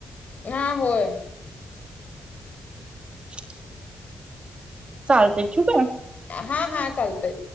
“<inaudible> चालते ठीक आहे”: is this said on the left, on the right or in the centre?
Right